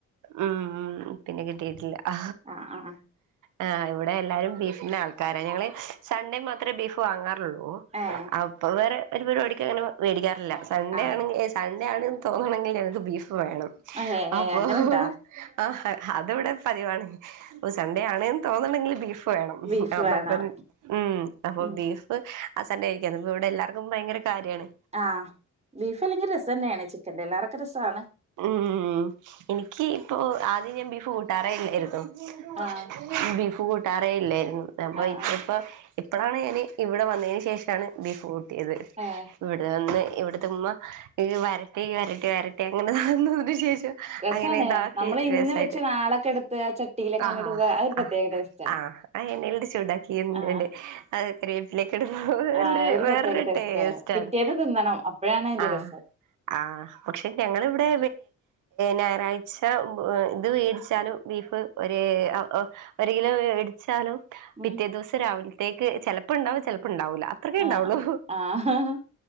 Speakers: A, on the right; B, on the right.
A: ഉം ഉം പിന്നെ കിട്ടിയിട്ടില്ല ആ
B: ആഹ് ആഹ്
A: ആ ഇവിടെ എല്ലാരും ബീഫിന്റെ ആൾക്കാരാ ഞങ്ങള് സൺഡേ മാത്രേ ബീഫ് വാങ്ങാറ
B: ഏഹ്
A: അപ്പൊ വേറെ ഒരു പരിപാടിക്ക് അങ്ങനെ മേടിക്കാറില്ല സൺഡേ
B: ആഹ്
A: ആണെങ്കിൽ സൺേ സൺഡേ ആണെങ്കിൽ തോണെങ്കിൽ ബീഫ് വേണം
B: ഏഹ് ഏഹ്
A: അപ്പോ
B: അങ്ങനെണ്ടാ
A: ആ അത് ഇവിടെ പതിവാണ് അപ്പോ സൺഡേ ആണ് തോന്നുണ്ടെിൽ ബീഫ് വേണം
B: ബീഫ്
A: അന്നപ്പ
B: വേണം
A: ഉ അപ്പൊ
B: ഉം
A: ബീഫ് ആ സണ്ടായിരിക്കുംഅ ഇവിടെ എല്ലാവർക്കും ഭയങ്കര കാര്യാണ്
B: ആ ബീഫ് അല്ലെങ്കിൽ രസം തന്നെയാണ് ചിക്കൻന്റെലാറെ രസ രസാആാണ്
A: ഉം എനിക്ക് ഇപ്പൊ ആദ്യം ഞാൻ ബീഫ് കൂട്ടാറല്ലായിരുന്നു
B: ആഹ്
A: ബീഫ് ബീഫ് കൂട്ടാറെ ഇല്ലായിരുന്നു അപ്പ
B: ആഹ്
A: ഇപ്പപ്പ
B: ആഹ്
A: ഇപ്പോഴാണ് ഞാാന് ഇവിടെ വന്നതിന് ശേഷണ് ബീഫ് കൂട്ട കൂട്ടിയത്ഇവിടെ
B: ഏഹ്
A: വന്ന് ഇവിടുത്തെ ഉമ്മ വരട്ടി വരട്ടി വരട്ടി അങ്ങനതാന്നതിനു ശേഷം
B: രസാണ്
A: അങ്ങനെ ഇതാക്കി
B: നമ്മള് ഇന്ന്
A: രസായിട്ട്
B: വെച്ച് നാളൊക്കെ എടുത്ത് ആ ചട്ടിയിലങ്ങനെ
A: ആ
B: ഇടുമ്പോ അത് ഒരു പ്രത്യേക
A: ആ
B: ടേസ്റ്റാ
A: ആ എണ്ണയിൽ ചൂടാക്കി <unintelligible>
B: ആഹ് ആഹ് ഒരു
A: വേറരു
B: പ്രത്യേക ടേസ്റ്റാ
A: ടേസ്റ്റ്ണ്
B: പിറ്റേന്ന് തിന്നണം അപ്പഴാണ് അയിന്റെ
A: ആ ആ
B: രസം
A: ആ പക്ഷെ ഞങ്ങളിവിടെ ഞായറാഴ്ച ഇത് വെ ടിച്ചാലും ബീഫ് ഒ ഒരു കിലോ വെ ടിച്ചാലും
B: ഉം
A: പിറ്റേ ദിവസം രാവിലത്തേക്ക് ചെിലപ്പോ ഉണ്ടാവും ചിലപ്പോ ഉണ്ടാവൂല അത്രക്കെ
B: ആഹ്
A: ഉണ്ടാവുള്ളു
B: ആഹ് ആഹ്